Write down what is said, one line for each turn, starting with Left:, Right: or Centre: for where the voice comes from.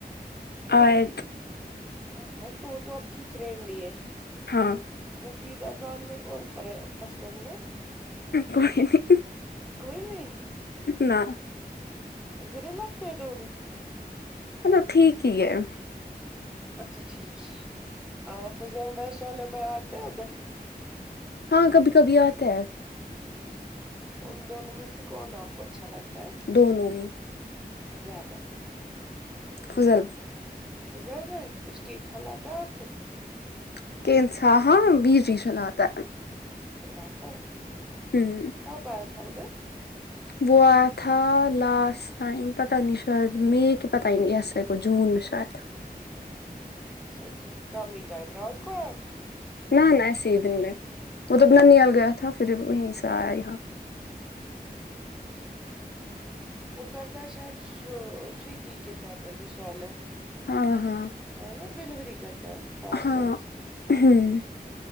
Left: آیات
Centre: ہاں تو وہ تو آپ کی فرینڈ ہی ہے
Left: ہاں
Centre: مفید اذان میں کون پسند ہے
Left: کوئی نہیں
Centre: کوئی نہیں
Left: نہ
Centre: برے لگتے ہیں دونوں
Left: تو ٹھیک ہی ہے
Centre: اچھا ٹھیک ہے فضل بھائی صالح بھائی آتے ہیں ادھر
Left: ہاں کبھی کبھی آتا ہے
Centre: ان دونوں میں سے کون آپ کو اچھا لگتا ہیں
Left: دونوں ہی
Centre: زیادہ
Left: افضل بھائی
Centre: افضل بھائی کچھ <unintelligible> آپ کو
Left: <unintelligible>
Centre: کل آتا وہ
Left: ہوں
Centre: کب آیا تھا ادھر
Left: وہ آیا تھا لاسٹ ٹائم پتہ نہیں شاید مئی کہ پتہ نہیں شاید جوون میں شاید
Centre: اچھا تو کم ہی ٹائم رات کو آیا تھا
Left: نہ نہ ایسے ہی دن میں مطلب ننیال گیا تھا پھر وہیں سے آیا یہاں
Centre: ٹھیک وہ کرتا ہے شاید سو سویگی کے ساتھ ابھی صالح
Left: ہاں ہاں ہاں
Centre: ہے نا ڈلیوری کرتا ہے پارسلس
Left: ہاں
Centre: کی
Left: ہوں